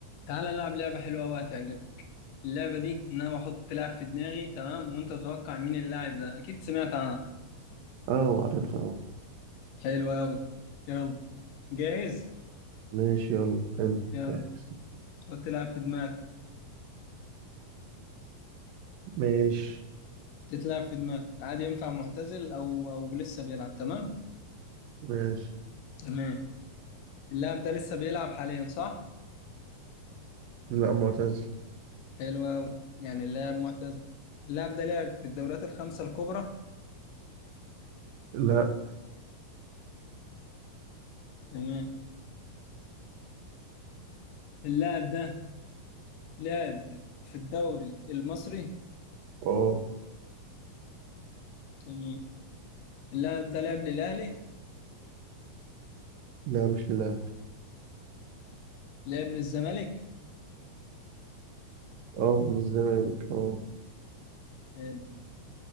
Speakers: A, on the left; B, on the right.
A: تعال نلعب لعبة حلوة وهتعجبك اللعبة دي إن أنا بحط لاعب في دماغي تمام وأنت تتوقع مين اللاعب ده أكيد سمعت عنها
B: اه عارفها اه
A: حلوة أوي يلا جاهز
B: ماشي يلا حلو
A: يلا
B: جاهز
A: حط لاعب في دماغك
B: ماشي
A: تتلعب في دماغك عادي ينفع معتزل أو أو لسه بيلعب تمام
B: ماشي
A: تمام اللاعب ده لسه بيلعب حاليا صح
B: لا معتزل
A: حلوة أوي يعني اللاعب معتزل اللاعب ده لعب في الدوريات الخمسة الكبرى
B: لا
A: تمام اللاعب ده لعب في الدوري المصري
B: اه
A: تمام اللاعب ده لعب للأهلي
B: لا مش للاهلي
A: لعب للزمالك
B: اه للزمالك اه
A: حلو.